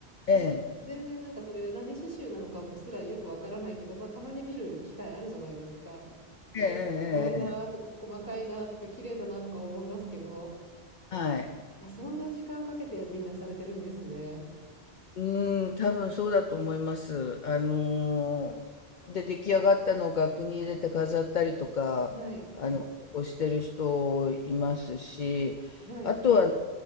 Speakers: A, on the left; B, on the left.
A: 私も全然なんかそれが何刺繍なのかすらよくわからないけど、
B: ええ、
A: まあ、たまに見る機会あるじゃないですか。
B: ええ、
A: で、すごいなとか細かいなとか綺麗だなとか思いますけど、
B: ええ、ええ。はい。
A: あ、そんな時間かけてみんなされてるんですね。
B: うーん、多分そうだと思います。あのーで、出来上がったのを額に入れて飾ったりとか、
A: はい。
B: あの、結構してる人いますし、
A: はい。
B: あとは、あの